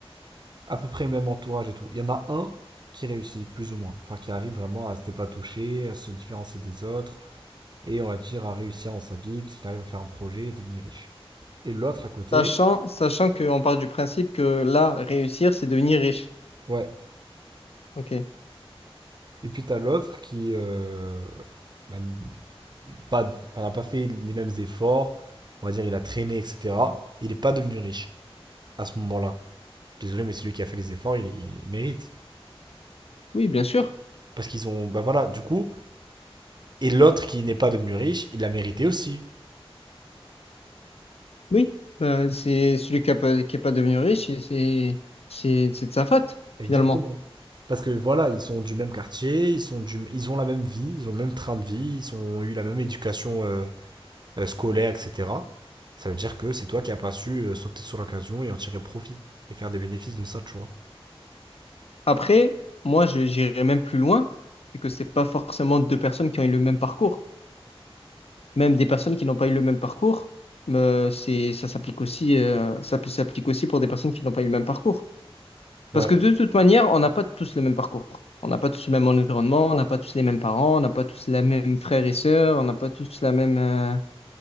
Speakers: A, on the right; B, on the left.
A: À peu près le même entourage et tout. Il y en a un qui réussit, plus ou moins. Enfin, qui arrive vraiment à se dépatoucher, à se différencier des autres et on va dire à réussir dans sa vie, parce qu'il arrive à faire un projet et devenir riche. Et l'autre à côté,
B: sachant, sachant qu'on part du principe que là, réussir, c'est devenir riche.
A: ouais.
B: Ok.
A: Et puis t'as l'autre qui euh, bah, n- pas, enfin, n'a pas fait les mêmes efforts, on va dire il a traîné, etc. Il n'est pas devenu riche à ce moment-là. Je suis désolé, mais celui qui a fait les efforts, il, il mérite.
B: Oui, bien sûr.
A: Parce qu'ils ont, bah voilà, du coup, et l'autre qui n'est pas devenu riche, il l'a mérité aussi.
B: Oui, bah, c'est celui qui n'est pas, qui est pas devenu riche, et c'est c'est- c'est de sa faute,
A: Exactement.
B: finalement.
A: Parce que voilà, ils sont du même quartier, ils sont du, ils ont la même vie, ils ont le même train de vie, ils ont eu la même éducation euh, euh, scolaire, etc., ça veut dire que c'est toi qui n'as pas su euh, sauter sur l'occasion et en tirer profit et faire des bénéfices de ça, tu vois.
B: Après, moi, je- j'irais même plus loin, c'est que c'est pas forcément deux personnes qui ont eu le même parcours. Même des personnes qui n'ont pas eu le même parcours, euh, c'est, ça s'applique aussi, euh, ça peut- s'applique aussi pour des personnes qui n'ont pas eu le même parcours.
A: Ouais,
B: Parce que de toute manière, on n'a pas tous le même parcours. On n'a pas tous le même environnement, on n'a pas tous les mêmes parents, on n'a pas tous les mêmes frères et sœurs, on n'a pas tous la même, euh,